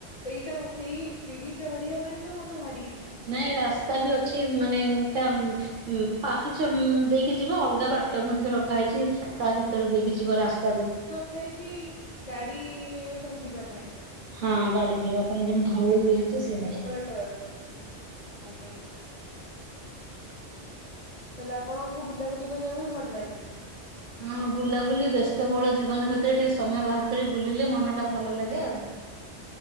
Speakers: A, on the left; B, on the right.
A: ସେଇଟା ସେଇ ସିଢ଼ି ଚଢ଼ିବା ପାଇଁ ତ ମୋତେ ଭାରି ଇଚ୍ଛା।
B: ନାଇଁ ରାସ୍ତା ବି ଅଛି ମାନେ ତା ଉଁ ପାହାଚ ଉଁ ଦେଇକି ଯିବ ଅଲଗା ବାଟ ମଧ୍ୟ ରଖା ହେଇଚି। ତା ଭିତରେ ଦେଖି ଯିବ ରାସ୍ତା ଦେ
A: ହେଇଚି ଗାଡି ସବୁ ଯିବା ପାଇଁ।
B: ହଁ ଗାଡି ଯିବା ପାଇଁ ଯେମିତି ଧୋଉଳି ହେଇଚି ସେଭଳି।
A: ତ ଛି ଆଜ୍ଞା। ତାହାଲେ ଆପଣଙ୍କୁ ବୁଲାବୁଲି କରିବାକୁ ବି ଭଲ ଲାଗେ?
B: ହଁ ବୁଲାବୁଲି ବ୍ୟସ୍ତବୋହୁଳ ଜୀବନ ଭିତରେ ଟିକେ ସମୟ ବାହାର କରି ବୁଲିଲେ ମନ ଟା ଭଲ ଲାଗେ ଆଉ।